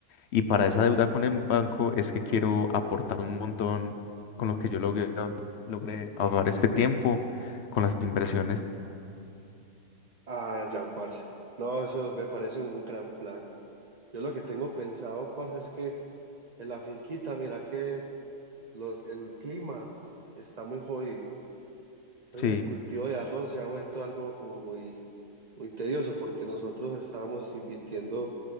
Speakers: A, on the left; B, on the right.
A: Y para esa deuda con el banco es que quiero aportar un montón con lo que yo logré, logré ahorrar este tiempo, con las inversiones.
B: Ah, ya, parce. No, eso me parece un gran plan. Yo lo que tengo pensado, parce, es que en la finquita, mira que los, el clima está muy jodido. Entonces
A: Sí,
B: el cultivo de arroz se ha vuelto algo como muy, muy tedioso porque nosotros estábamos invirtiendo.